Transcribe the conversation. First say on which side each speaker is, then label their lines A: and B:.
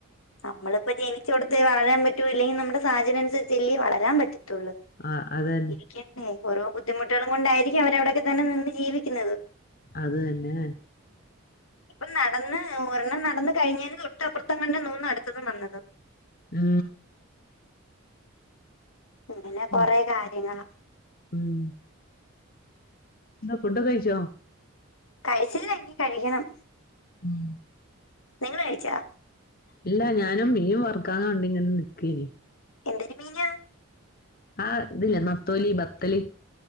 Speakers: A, on the left; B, on the left.
A: നമ്മളിപ്പോ ജനിച്ചടുത്ത് വളരാൻ പറ്റൂല്ലെങ്കിൽ നമ്മുടെ സാഹചര്യം അനുസരിച്ചല്ലേ വളരാൻ പറ്റത്തുള്ളൂ
B: ആഹ് അതന്നെ
A: ക്കെന്നെ ഓരോ ബുദ്ധിമുട്ടുകളും കൊണ്ടായിരിക്കാം അവരവിടൊക്കെ തന്നെ നിന്ന് ജീവിക്കുന്നത്
B: അത് തന്നെ
A: ഇപ്പം നടന്ന് ഒരെണ്ണം നടന്ന് കഴിഞ്ഞന് തൊട്ട്പ്പുറത്തങ്ങാണ്ട നൂന്നു അടുത്തതും വന്നത്
B: ഉം
A: അങ്ങനെ കൊറേ
B: ആഹ
A: കാര്യങ്ങളാ
B: ഉം എന്താ ഫുഡ് ഒക്കെ കഴിച്ചോ
A: കഴിച്ചില്ല ഇനി കഴിക്കണം
B: ഉം
A: നിങ്ങള് കഴിച്ചോ?
B: ഇല്ല ഞാനും മീൻ വർക്കാൻ കണ്ടിങ്ങനെ നിക്കേനിം
A: എന്തൊരു മീനാണ്
B: ആഹ് ഇതില്ലേ നത്തോലി ബത്തല്